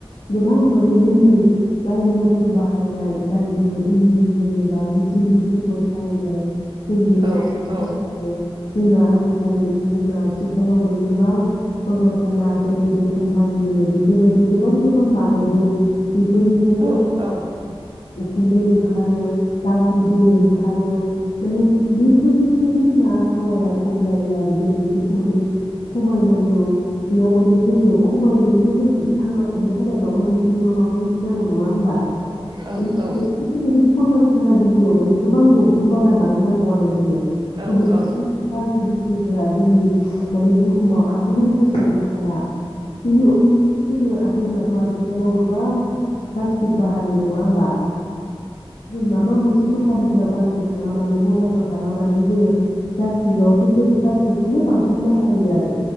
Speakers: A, on the left (about 80°); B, on the right (about 50°).
A: गोबां माने जोंनि गारि मथर बाहायनाय जाय जोङो इन्जिन जेनेबा मेसिन <unintelligible> फोर सालायनाय जों बेफोर
B: औ नंगौ
A: <unintelligible> जोंना आजिखालि जोंना आथिखालाव माने गोबां कलकारखाना जायफोर जों कम्पानि होनो बेफोरबायदि गोबां गोबां बानायदों। बेफोरनिफ्रायबो
B: नंगौ औ
A: उखुन्दै ओंखारो गाज्रि दै ओंखारो माने बेफोरनिफ्रायबो जोंना आबहावाया खम जायो आरो जों बेफोर खौ माने खमायनांगौ बेयाव माने जोङो खमायनोथ जों थांना थानो थाखाय माबा मोनसे नङा माबा मोनसे नांगौ नङा होमबा?
B: नंगौ
A: <unintelligible>
B: नंगौ
A: कलकारखाना गुदियाव माने गोबां दंफां बागान बानायनांगौ आरो जोङो।
B: औ
A: <unintelligible>
B: औ
A: <unintelligible> रफोरा जोंनि माने बुहुमाव आबुङै गोसारनो हाया। बिनि अनगायैबो जोङो आरो जोंनाथ आथिखालाव गोबां प्लास्टिक बाहायो नङा होमबा? नों माबा मोनसे दख दुखानफोराव बायनो थाङा मानो गलाफोराव थाङा मानो जोङो प्लास्टिकआवसो जों प्लास्टिकखौनो बांसिन बाहायो आरो।